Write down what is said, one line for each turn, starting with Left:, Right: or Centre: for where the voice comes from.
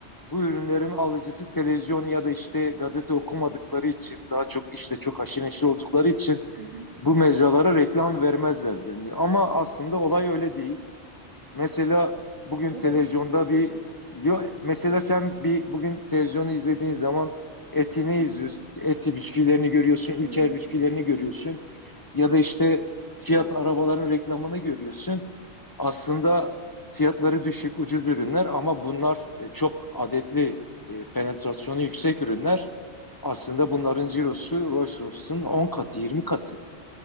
Left: Bu ürünlerin alıcısı televizyon ya da işte gazete okumadıkları için daha çok işte çok haşir neşir oldukları için
Right: Hı hı.
Left: bu mecralara reklam vermezler deniliyor. Ama aslında olay öyle değil. Mesela bugün
Right: O
Left: televizyonda
Right: da mı bir strateji?
Left: bir yo, mesela sen bir bugün televizyonu izlediğin zaman etini izliyorsun. Eti bisküvilerini görüyorsun, Ülker
Right: Hı,
Left: bisküvilerini görüyorsun. Ya da işte Fiat
Right: evet.
Left: arabaların reklamını görüyorsun. Aslında fiyatları düşük, ucuz ürünler ama bunlar e, çok adetli, e, penetrasyonu yüksek ürünler. Aslında bunların cirosu Rolls-Royce'un 10 katı, 20 katı.